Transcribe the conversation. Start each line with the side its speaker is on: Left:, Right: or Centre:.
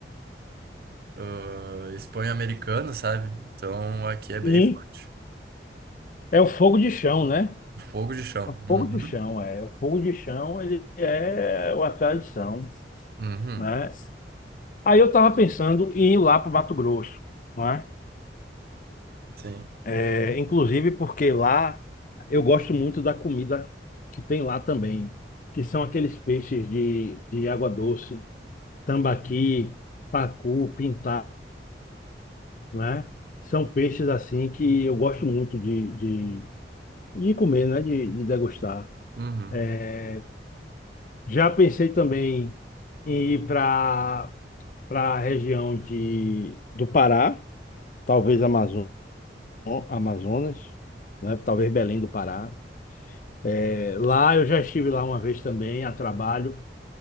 Right: ah, Espanha americana, sabe? Então aqui é bem
Left: hum,
Right: forte.
Left: é o fogo de chão, né?
Right: Fogo de chão.
Left: O fogo
Right: Uhum.
Left: de chão, é. O fogo de chão, ele é uma tradição,
Right: Uhum.
Left: né? Aí eu estava pensando em ir lá para o Mato Grosso, né?
Right: Sim.
Left: É, É, inclusive porque lá eu gosto muito da comida que tem lá também, que são aqueles peixes de, de água doce, tambaqui, pacu, pintado, né? São peixes assim que eu gosto muito de, de, de comer, né? De, de degustar.
Right: Uhum.
Left: É, Já pensei também em ir para para a região de, do Pará, talvez Amazo- Amazonas, né? Talvez Belém do Pará. É, lá eu já estive lá uma vez também, a trabalho.